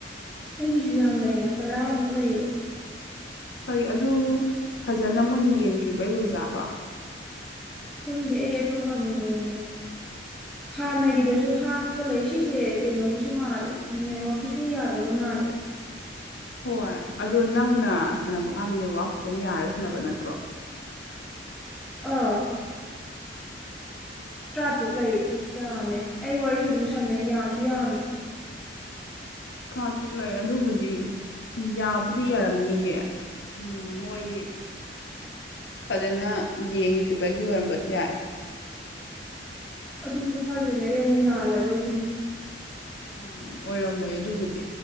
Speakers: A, in the centre; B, on the left.
A: ꯑꯩꯒꯤꯁꯨ ꯌꯥꯝ ꯂꯩ ꯍꯥꯏꯕ ꯇꯔꯥꯃꯨꯛ ꯂꯩꯌꯦ
B: <unintelligible> ꯑꯗꯨ ꯐꯖꯅ ꯃꯣꯏꯅ ꯌꯦꯡꯗ꯭ꯔꯤꯕꯩ ꯑꯣꯏꯖꯥꯠꯂꯣ
A: ꯈꯪꯗꯦ ꯑꯩ ꯑꯗꯨ ꯍꯪꯅꯤꯡꯉꯦ
B: <inaudible>
A: ꯍꯥꯟꯅꯒꯤꯗꯁꯨ ꯍꯥꯡꯉꯒ ꯂꯩ ꯁꯤꯁꯦ ꯀꯩꯅꯣꯒꯤꯁꯨ ꯃꯥꯜꯂꯦ ꯅꯦꯋꯥꯛꯀꯤꯁꯨ ꯌꯥꯗꯕ ꯃꯥꯜꯂꯦ
B: ꯍꯣꯏ ꯑꯗꯣ ꯅꯪꯅ ꯁꯥꯟꯅꯕ ꯀꯥꯟꯗ ꯅꯦꯋꯥꯛ ꯐꯖꯟ ꯌꯥꯔ ꯁꯥꯟꯅꯕ ꯅꯠꯇ꯭ꯔꯣ
A: ꯑꯧ ꯇ꯭ꯔꯥꯇ꯭ꯔꯨꯛ ꯂꯩ ꯌꯥꯝꯃꯦ ꯑꯩ ꯋꯥꯔꯤꯁꯨ ꯑꯗꯨꯝ ꯁꯥꯟꯅꯩ ꯌꯥꯝꯁꯨ ꯌꯥꯝꯃꯦ
B: ꯇ꯭ꯔꯥ ꯇ꯭ꯔꯨꯛ ꯂꯩ ꯑꯗꯨꯕꯨꯗꯤ ꯌꯥꯕꯨꯗꯤ ꯌꯥꯔꯝꯅꯤꯌꯦ ꯎꯝ ꯃꯣꯏ ꯐꯖꯅ ꯌꯦꯡꯗ꯭ꯔꯤꯕꯒꯤ ꯑꯣꯏꯔꯝꯕꯁꯨ ꯌꯥꯏ
A: ꯑꯗꯨꯁꯨ ꯈꯜꯂꯤꯅꯦꯌꯦ ꯑꯃꯨꯛ ꯂꯥꯜꯂꯕ꯭ꯔꯁꯤꯅꯦ
B: ꯎꯝ ꯑꯣꯏꯔꯝꯃꯣꯏ ꯑꯗꯨꯕꯨꯗꯤ